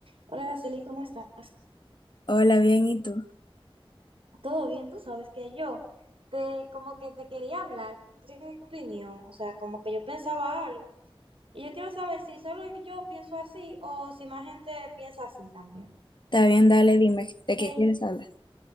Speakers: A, on the right; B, on the left.
A: Hola, Araceli, ¿cómo estás?
B: Hola, bien, ¿y tú?
A: ¿Todo bien? Tú sabes que yo te como que te quería hablar, tengo una opinión, o sea, como que yo pensaba algo y yo quiero saber si solo yo pienso así o si más gente piensa así también.
B: Está bien, dale, dime, ¿de qué
A: ¿Qué,
B: quieres hablar?